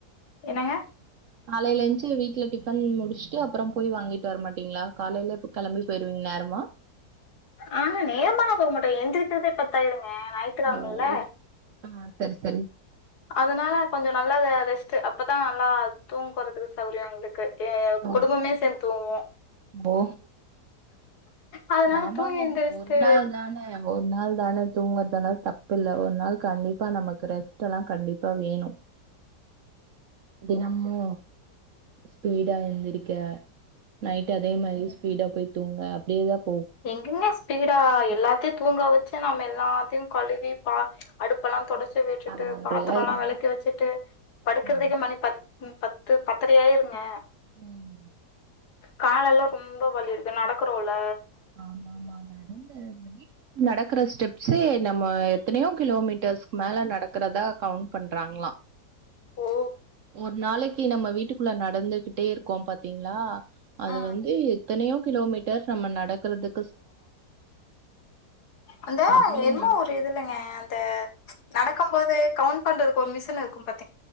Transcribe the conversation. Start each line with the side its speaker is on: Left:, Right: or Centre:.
Left: என்னங்க
Right: காலைல எஞ்சி வீட்ல டிஃபன் மு முடுச்சுட்டு அப்புறோம் போய் வாங்கிட்டு வரமாட்டீங்களா காலைல கெளம்பி போயிருவீங்க நேரமா
Left: ஆ நேரமாலா போக மாட்டோ எந்திரிக்குறதே பத்தாயிருங்க ஞாயித்துக்கெழமல்ல
Right: ஓ ஆ சேரி சேரி
Left: அதனால கொஞ்சோ நல்லா அத ரெஸ்ட்டு அப்பதா நல்லா தூங்குறதுக்கு சௌரியம் எங்களுக் க்கு எ
Right: ஓ
Left: குடும்பமே சேந்து தூங்குவோ
Right: ஓ
Left: அதனால
Right: ஆமாங்க
Left: தூங்கி எந்திரிச்சுட்டு
Right: ஒரு நாள் தான ஒரு நாள் தான தூங்குறதல்லா தப்ப இல்ல ஒரு நாள் கண்டிப்பா நமக்கு ரெஸ் ட்டெல்லா கண்டிப்பா வேணு தினமு ஸ்பீடா எந்திரிக்க நைட் அதே மாரி ஸ்பீடா போய் தூங்க அப்டியேதாப்
Left: எங்கங்க ஸ்பீடா எல்லாத்தையு தூங்க வெச்சு நம்ம எல்லாத்தையு கழுவி பா அடுப்பெல்லாம் தொடச் ச்சு விட்டுட்டு
Right: பதினொன்றை
Left: பாத்துரோ
Right: ஆயிரும்ல
Left: எல்லா வெளக்கி வெச்சுட்டு படுக்குறதுக்கே
Right: ஆ
Left: மணி பத் ம் பத்து பத்தரை ஆயிருங்க
Right: ம்
Left: கால எல்லா ரொம்ப வலி இருக்கு நடக்குறோல்ல
Right: ஆமா ஆமா நடந்து இந்த வீட்ல நடக்குற ஸ்டெப்ஸ்சே நம்ம எத்தனையோ கிலோமீட்டர்ஸ் மேல நடக்குறதா கவுண்ட் பண்றாங்களா
Left: ஓ
Right: ஒரு நாளைக் த்தி நம்ம வீட்டுக்குள்ள நடந்துகிட்டே இருக்கோம் பாத்தீங்களா அது
Left: ஆ
Right: வந்து எத்தனையோ கிலோமீட்டர் நம்ம நடக்குறதுக்
Left: அந்த
Right: அவ்ளோ
Left: என்மோ
Right: நட
Left: ஒரு இதுலங்க அந்த நடக்கும் போது கவுண்ட் பண்றதுக்கு ஒரு மிஷின் இருக்கும் பாத்